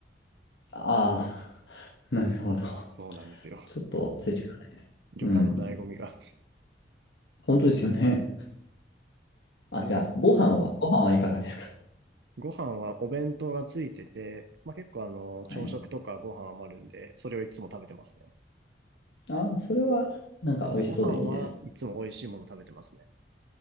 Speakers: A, on the left; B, on the right.
A: ああ、なるほど。
B: <laughs> そうなんですよ。
A: ちょっと、世がないです。
B: 旅館の醍醐味が。
A: うん。本当ですよね。あ、
B: で、
A: じゃあ、ご飯は、ご飯はいかがですか
B: ご飯はお弁当がついてて、まあ、結構あの、朝食とかご飯余るんで、
A: はい。
B: それをいつも食べてますね。
A: ああ、それは、なんか美味しそうでいいですね。
B: そうですね、ご飯はいつも美味しいもの食べてますね。